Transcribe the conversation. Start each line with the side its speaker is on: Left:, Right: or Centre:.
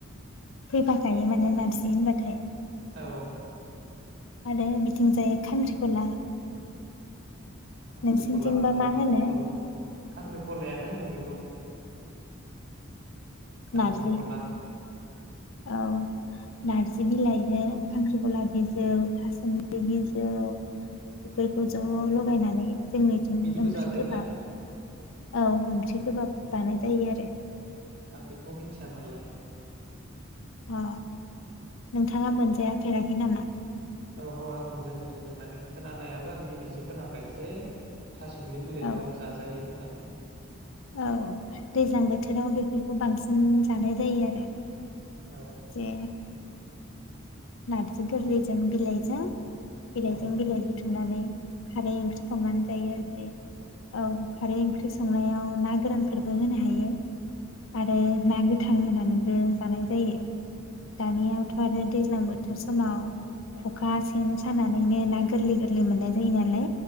Left: फैफाखायो माने नारजि होनबाथाय
Right: औ।
Left: आरो बिथिं जाय खांख्रिखला
Right: खांख्रिखलाबो
Left: नोंसिनिथिंबा
Right: मोनो
Left: मा होनो
Right: औ खांख्रिखलायानो होनो बे खौ। खांख्रिखला
Left: नारजि औ नार्जि बिलाइजों खांख्रिखला बिजौ थासुमलि बिजौ बेखौ ज'
Right: औ
Left: लगायनानै जोंनि
Right: बिदिबो
Left: ओंख्रि
Right: जाजायोना
Left: गोबाब औ ओंख्रि गोबाब
Right: औ
Left: जानाय जायो आरो।
Right: आं बेखौ मिथियामोनलाय
Left: अ नोंथाङा मोनजाया फेराखै नामा।
Right: औ औ आं मोनजाफेराखै माने खोनानायाबो आं दिनैसो खोनाबाय जे थासुमलि बिलाइफ्राबो
Left: औ
Right: जाजायो होननानै
Left: औ दैज्लां बोथोराव बेफोरखौ बांसिन जानाय जायो आरो।
Right: औ
Left: ए। नारजि गोरलैजों बिलायजों। बिलायजों
Right: औ
Left: बिलाय ननानै खारै ओंख्रि संनानै जायो आरो बे औ खारै ओंख्रि ओख्रि संनायाव ना गोरानफोरबो होनो हायो आरो ना। गोथां होनानैबो जानाय जायो दानियावथ' आरो दैज्लां बोथोर बोथोर समाव खखा सेन सानानैनो ना गोरलै गोर गोरलै मोननाय जायो नालाय